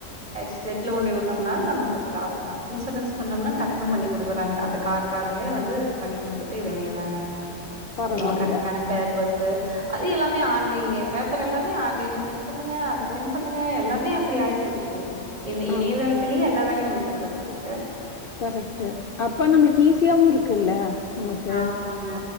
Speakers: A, on the right; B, on the left.
A: செட்டுல கொண்டி வுட்டோம்னாலு நம்ளுக்கு அது காசுதா இன்சூரன்ஸ் பண்ணோம்னா டக்குன்னு பண்ணி குடுக்குறாங்க அந்த கார்காரங்களே வந்து பண்ணி குடுத்துட்டு இத பண்ணிறாங்க
B: பரவால்ல.
A: நம்ம கரெக்டான பேப்பர்ஸ்சு அது எல்லாமே ஆன்லைன்லே பேப்பர் எல்லாமே ஆன்லைன்ல செண் பண்ணுங்க அத சென்டு பண்ணுங்க எல்லாமே அப்டி ஆயி போச் ச்சு இது இணையதளத்திலயே
B: ஆமா.
A: எல்லா வேலையு முடிச்சிருந்தா போச்சு
B: கரெக்ட் அப்ப நம்மளுக்கு ஈஸியாவு இருக்கு இல்ல நமக்கு
A: ஆமாங்க